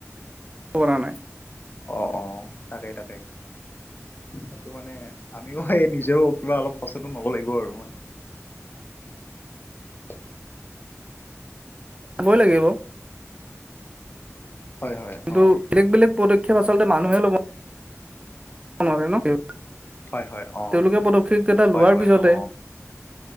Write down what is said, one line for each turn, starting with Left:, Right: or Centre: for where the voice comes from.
Right: ব নাই।
Left: অ অ তাকেই তাকেই। সেইটো মানে আমিও সেই নিজেও কিবা অলপ সচাটো নব লাগিব আৰু মানে <unintelligible>
Right: ব' লাগে ব
Left: হয় হয়
Right: কিন্তু
Left: অ
Right: বেলেগ -বেলেগ পদক্ষেপ আচলতে মানুহে ল'ব নাৰে ন তেওঁলোকে
Left: হয় হয় অ
Right: পদক্ষেপ কেইটা
Left: হয়
Right: লোৱাৰ
Left: হয়
Right: পিছতে
Left: অ